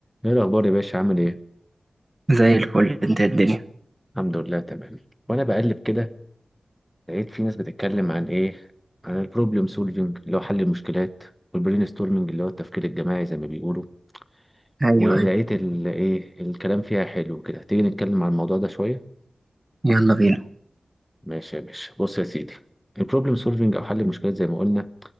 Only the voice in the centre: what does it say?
ايه الاخبار يا باشا عامل ايه
الحمد لله تمام وانا بقلب كده لقيت في ناس بتتكلم عن ايه عن البروبلم سولفينج اللي هو حل المشكلات والبرين ستورمنج اللي هو التفكير الجماعي زي ما بيقولوا
ولقيت
ال ايه الكلام فيها حلو كده تيجي نتكلم عن الموضوع ده شويه
ماشي يا باشا بص يا سيدي البروبلم سولفينج او حل المشكلات زي ما قلنا